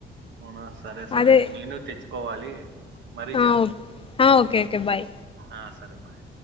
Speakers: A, on the right; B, on the left.
A: అవునా సరే సరే
B: అదే
A: నేను తెచ్చుకోవాలి మరీ
B: ఆ
A: చేస్తాం
B: ఓకే ఓకే బాయ్
A: ఆ సరే బాయ్